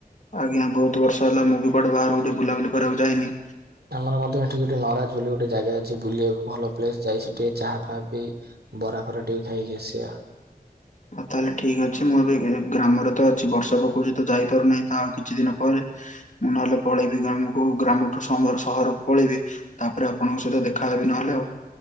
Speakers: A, on the left; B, on the right.
A: ଆଜ୍ଞା ବହୁତ ବର୍ଷ ହେଲା ମୁଁ ବି କୁଆଡେ ବାହାର କୁ ବୁଲାବୁଲି କରିବାକୁ ଯାଇନି।
B: ଆମର ମଧ୍ୟ ଏଠି ଗୋଟେ ନରାଜ ବୋଲି ଗୋଟେ ଜାଗା ଅଛି ବୁଲିବାକୁ ଭଲ ପ୍ଲେସ ଯାଇ ସେଠି ଚା ଫା ପିଇ ବରାଫରା ଟିକେ ଖାଇକି ଆସିବା।
A: ହଉ ତାହେଲେ ଠିକ ଅଛି ମୁଁ ଏବେ ଗ୍ରାମରେ ତ ଅଛି ବର୍ଷା ପକଉଛି ତ ଯାଇପାରୁନାହିଁ ତ ଆଉ କିଛି ଦିନ ପରେ ମୁଁ ନହେଲେ ପଳେଇବି ଗ୍ରାମକୁ ଗ୍ରାମଠୁ ସମ ସହରକୁ ପଳେଇବି। ତାପରେ ଆପଣଙ୍କ ସହିତ ଦେଖାେ ହେବି ନହେଲେ ଆଉ।